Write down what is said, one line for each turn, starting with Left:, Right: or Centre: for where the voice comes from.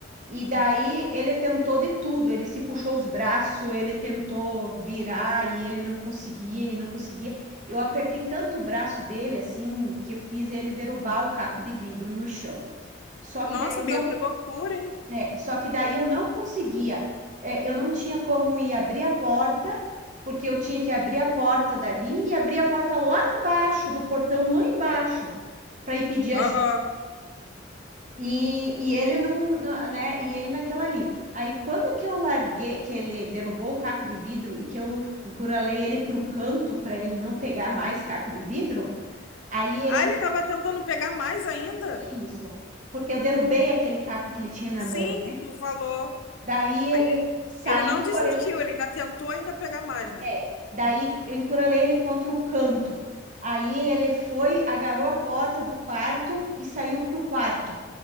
Right: E daí ele tentou de tudo, ele se puxou os braços, ele tentou virar e ele não conseguia e não conseguia. Eu apertei tanto o braço dele assim que eu fiz ele derrubar o caco de vidro no chão. Só
Left: Nossa,
Right: que daí eu
Left: amiga,
Right: não,
Left: que loucura, hein?
Right: é, só que daí eu não conseguia. É, eu não tinha como ir abrir a porta, porque eu tinha que abrir a porta dali e abrir a porta lá embaixo do portão lá embaixo para ir pedir
Left: Aham.
Right: e, e ele não, não- né? E ele naquela ali. Aí quando que eu larguei, que ele derrubou o caco de vidro e que eu encurralei ele pro canto para ele não pegar mais caco de vidro, aí ele
Left: Ah, ele estava tentando pegar mais ainda?
Right: fazia isso, porque eu derrubei aquele caco que ele tinha na
Left: Sim,
Right: mão, né?
Left: tu falou.
Right: Daí ele
Left: Aí ele,
Right: saiu
Left: ele não desistiu,
Right: correndo
Left: ele ainda tentou ainda pegar mais, né?
Right: É, daí eu encurralei ele contra o canto. Aí ele foi, agarrou a porta do quarto e saiu pro quarto.